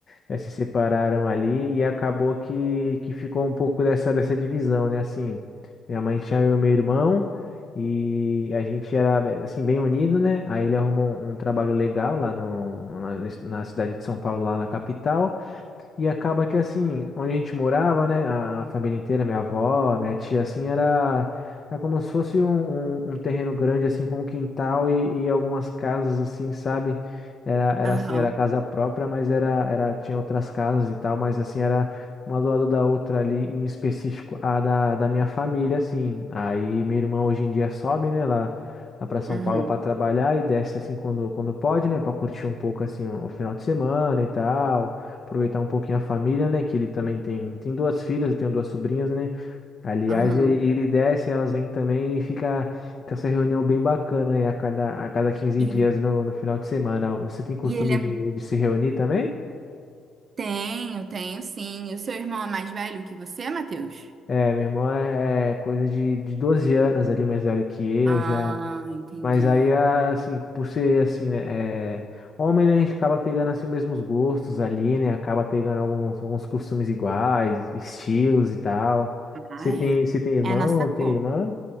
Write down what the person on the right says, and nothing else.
Aham.
Uhum.
Aham.
E,
e ele é...
Tenho, tenho sim. E o seu irmão é mais velho que você, Matheus?
Ah,
entendi.
Ah,
é.
É na sacola.